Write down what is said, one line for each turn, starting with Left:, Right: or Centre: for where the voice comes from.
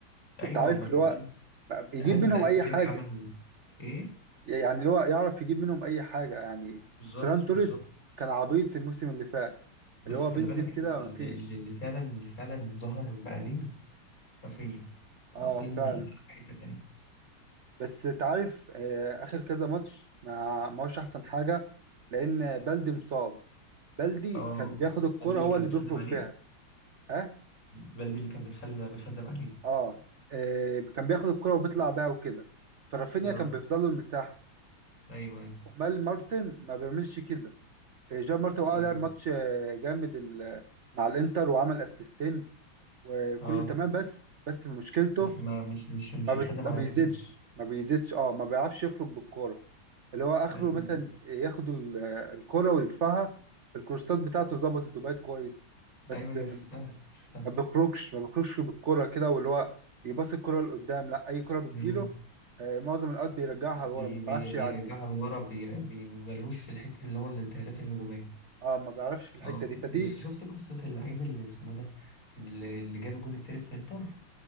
Right: فأنت
Left: ايوه
Right: عارف
Left: ما انت
Right: اللي هو
Left: كمان
Right: يجيب
Left: هانز
Right: منهم
Left: هانز
Right: أي
Left: فليك
Right: حاجة
Left: عمل ايه؟
Right: يعني هو يعرف يجيب منهم اي حاجه يعني
Left: بالظبط
Right: فران توريس
Left: بالظبط
Right: كان عبيط الموسم اللي فات
Left: بس
Right: اللي هو
Left: خلي
Right: بينزل
Left: بالك
Right: كده
Left: اللي,
Right: مفيش
Left: اللي اللي فعلا اللي فعلا ظهر بقى نجم رافينيا رافينيا
Right: اه فعلا
Left: بقى في حته تانيه
Right: بس تعرف آه اخر كذا ماتش ما ما هوش احسن حاجه لان بلدي مصاب بلدي
Left: اه
Right: كان بياخد الكرة
Left: بلدي اللي
Right: هو
Left: كان
Right: اللي
Left: بيخدم
Right: بيخرج
Left: عليه
Right: بيها اه
Left: بلدي اللي كان بيخلى بيخدم عليه
Right: اه آه، كان بياخد الكرة وبيطلع بيها وكده فرافينيا
Left: اه
Right: كان بيفضل له المساحه
Left: ايوه ايوه
Right: امال مارتن ما بيعملش كده آه، جيرار مارتن اه
Left: فعلا
Right: لعب ماتش آه، جامد ال- مع الانتر وعمل اسيستين وكله
Left: اه
Right: تمام بس بس مشكلته
Left: بس ما مش مش مش
Right: ما,
Left: بيخدم
Right: بت... ما
Left: على
Right: بيزيدش
Left: الخير
Right: ما بيزيدش اه ما بيعرفش يخرج بالكوره اللي هو اخره
Left: ايوه
Right: مثلا ياخد ال- الكوره ويرفعها الكورسات بتاعته ظبطت وبقت كويس بس
Left: ايوه ايوه
Right: آه،
Left: شفتها شفتها
Right: ما بيخرجش ما بيخرجش بالكوره كده واللي هو يباص الكوره لقدام لا اي كوره بتجيله
Left: امم
Right: آه، معظم الاوقات بيرجعها
Left: بي
Right: لورا ما بيعرفش
Left: بي بيرجعها
Right: يعدي
Left: لورا بير- بي ملهوش في الحته اللي هو الانتقالات الهجوميه
Right: اه ما بيعرفش في الحته
Left: اه
Right: دي فدي
Left: بس شفت قصه اللعيب اللي اسمه ده اللي اللي جاب الجون التالت في انتر